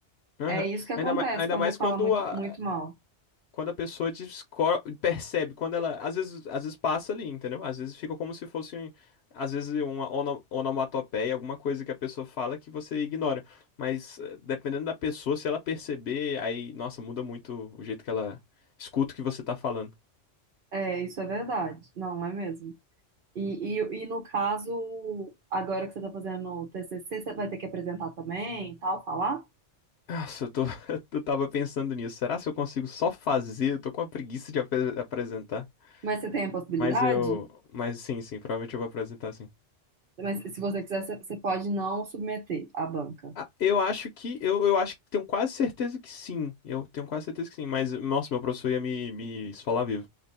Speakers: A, on the left (about 65°); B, on the right (about 55°).
A: Aham.
B: É isso que acontece
A: Ainda, ma- ainda
B: quando
A: mais
B: você fala
A: quando
B: muito,
A: a,
B: muito mal.
A: quando a pessoa desco- percebe, quando ela, às vezes, às vezes passa ali, entendeu? Às vezes fica como se fosse, um- às vezes, uma ono- onomatopeia, alguma coisa que a pessoa fala que você ignora. Mas eh, dependendo da pessoa, se ela perceber, aí, nossa, muda muito o jeito que ela escuta o que você tá falando.
B: É, isso é verdade. Não, não é mesmo? E, e, e no caso, agora que você tá fazendo o TCC, você vai ter que apresentar também e tal, falar?
A: Nossa, eu tô, <laughs> eu tava pensando nisso. Será se eu consigo só fazer? Eu tô com uma preguiça de apre- apresentar.
B: Mas você tem a possibilidade?
A: Mas eu, mas sim, sim, provavelmente eu vou apresentar sim.
B: Mas se você quiser, você você pode não submeter à banca.
A: Ah, Eu acho que eu, eu acho que tenho quase certeza que sim. Eu tenho quase certeza que sim. Mas, nossa, meu professor ia me, me esfolar vivo.